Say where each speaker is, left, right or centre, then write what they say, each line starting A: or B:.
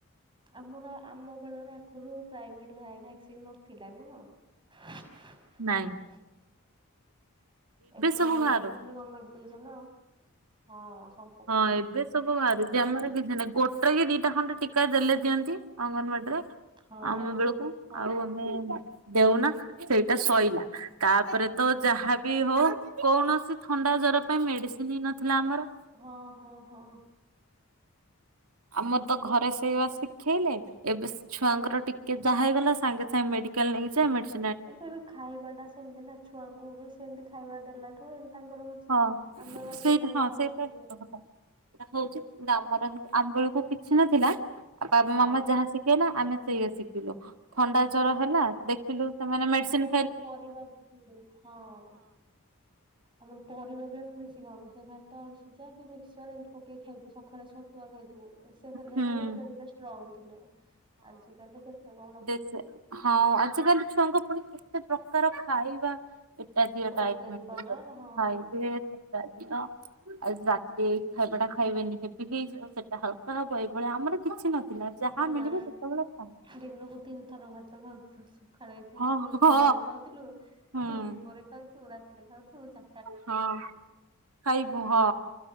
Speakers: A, on the right (about 20°); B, on the right (about 80°).
A: ଆମର ଆମ ବେଳରେ ଆଗରୁ ପ୍ରାଇଭେଟ୍ ଭା ଭ୍ୟାକ୍ସିନ ନଥିଲା ନୁହଁ। <inaudible>
B: ନାଇଁ।
A: <inaudible> ଏବେ
B: ସବୁ ବାହାରୁ
A: ଆମେ ଖାଲି ଗମେଣ୍ଟେ ଦେଇଚନ୍ତି ହଁ ସ
B: ହଁ, ଏବେ ସବୁ ବାହାରୁଚି ଆମର କିଛି ନାହିଁ ଗୋଟେ କି ଦିଟା ଖଣ୍ଡେ ଟିକା ଦେଲେ ଦିଅନ୍ତି। ଅଙ୍ଗନବାଡିରେ
A: ହଁ
B: ଆମ ବେଳକୁ
A: ହଁ
B: ଆଉ ଆମେ ଦେଉନା ସେଇଟା ଶୋଇଲା। ତାପରେତ ଯାହାବି ହଉ, କୌଣସି ଥଣ୍ଡା ଜର ପାଇଁ ମେଡ଼ିସିନ୍ ନଥିଲା ଆମର।
A: ହଁ- ହଁ -ହଁ -ହଁ।
B: ଆମରତ ଘରେ ସେଇବା ଶିଖେଇଲେ ଏବେ ଛୁଆଙ୍କର ଟିକେ ଯାହା ହେଇଗଲା ସାଙ୍ଗେ ସାଙ୍ଗେ ମେଡିକାଲ୍ ନେଇଯା ମେଡ଼ି
A: ଏବେବି ଖାଇବାଟା ସେମିତିନା ଛୁଆଙ୍କୁବି ସେମିତି ଖାଇବା ଦେଲାଠୁ ଏମିତି ତାଙ୍କର
B: ହଁ,
A: ଆମେ ମାନେ
B: ସେଇଟା
A: କେତେବେଳେ
B: ହଁ
A: ଖାଉଥିଲୁ
B: ସେଇଟା ସତ କଥା ସେଟା ହୋଉଚି କିନ୍ତୁ ଆମର ହେ ଆମ ବେଳକୁ କିଛି ନଥିଲା ଆଁ ବାବା
A: ହଁ
B: ମାମା ଯାହା ଶିଖେଇଲା ଆମେ ସେଇଆ ଶିଖିଲୁ
A: ହୁଁ
B: ଥଣ୍ଡା ଜର ହେଲା ଦେଖିଲୁ ସେମାନେ ମେଡିସିନ୍
A: ସେପରିବା ହଁ। ଆମର ପରିବାବି ଆମେ ବେଶି ଖାଉନୁ ସେ ଭାତ, ଆଳୁ ସିଜା, କି ମିକ୍ସଚର ଏମିତି ପକେଇି ଖାଇବୁ ସକାଳେ ଛତୁ ତୁଆ ଖାଇଥିବୁ <unintelligible>
B: ହୁଁ
A: ହେଲେ ସେଥିରେ କେତେ ଷ୍ଟ୍ରଙ୍ଗ ଥିଲେ ଆଜିିକାଲି କେତେ କଣ
B: ସେ ହଁ ଆଜିକାଲି ଛୁଆଙ୍କ ପୁଣି କେତେ ପ୍ରକାର ଖାଇବା ଏଟା ଦିଅ <unintelligible>
A: ପ୍ରୋଟିନ ପାଉଡର
B: ଖାଇଥିବେ
A: ହଁ
B: ସେଟା ଦିଅ। ଆଜି ରାତିରେ ଏଇ ଖାଇବାଟା ଖାଇବେନି ହେବି ହେଇଯିବ ସେଟା ହାଲକା ହବ ଏଇଭଳି ଆମର କିଛି ନଥିଲା ଯାହା
A: ହଁ
B: ମିଳିବ
A: ନା
B: ସେତେବେଳେ ଖାଁଉ
A: ଦିନକୁ ତିନି ଥର ଭାତ ଖାଉଥିଲି, ସଖାଳେ
B: ହଁ
A: ସ୍କୁଲ୍
B: ହଁ
A: ଗଲାବେଳେ ଖାଉଥିଲୁ,
B: ହୁଁ।
A: ଫୁଣି ଦିପହରେ ଖାଉଥୁବୁ, ରାତିରେ ଖାଉଥୁବୁ, ଚା
B: ହଁ ଖାଇବୁ ହଁ